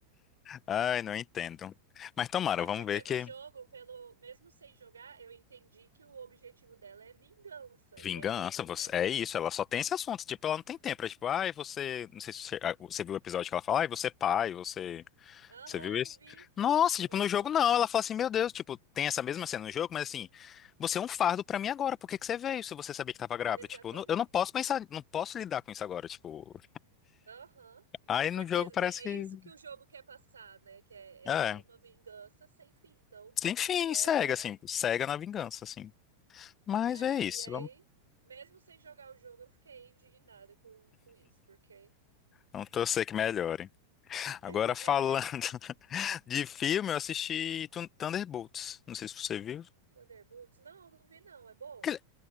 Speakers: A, on the left (about 25°); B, on the right (about 70°).
A: Ai, não entendo. Mas tomara,
B: É
A: vamos
B: porque
A: ver
B: no
A: que
B: jogo, pelo mesmo sem jogar, eu entendi que o objetivo dela é vingança.
A: vingança,
B: E é isso,
A: você...
B: né?
A: é isso, ela só tem esse assunto, tipo, ela não tem tempo, é tipo, ai, você, não sei se você, ah, você viu o episódio que ela fala, ai, você é pai, você,
B: Aham,
A: você viu
B: eu
A: isso?
B: vi.
A: Nossa, tipo,
B: Aham,
A: no jogo não, ela fala assim, meu Deus, tipo, tem essa mesma cena no jogo, mas assim, você é um fardo pra mim agora, por que que você veio se você sabia que tava grávida?
B: exatamente.
A: Tipo, não- eu não posso pensar, não posso lidar com isso agora, tipo,
B: Aham.
A: aí no
B: Porque
A: jogo
B: é
A: parece que,
B: isso que o jogo quer passar, né? Que é,
A: é,
B: é uma vingança sem fim. Então,
A: enfim,
B: é,
A: cega, assim, cega na vingança, assim. Mas
B: É,
A: é isso.
B: e aí, mesmo sem jogar o jogo, eu fiquei indignada com, com isso, porque.
A: Vamos torcer que melhore. Agora,
B: <laughs>
A: falando
B: É,
A: <laughs> de filme, eu assisti Thun- Thunderbolts. Não sei se você viu.
B: Thunderbolts? Não, não vi, não. É bom?
A: Aquele-